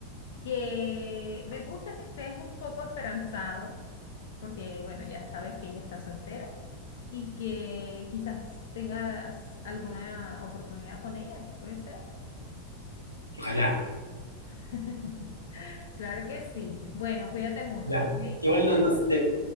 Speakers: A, on the left; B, on the left.
A: que me gusta que estés un poco esperanzado, porque bueno, ya sabes que ella está soltera y que quizás tengas alguna oportunidad con ella, ¿puede ser?
B: Ojalá,
A: <laughs> Claro que sí. Bueno, cuídate mucho,
B: ojalá.
A: ¿ok?
B: Igual no, no sé,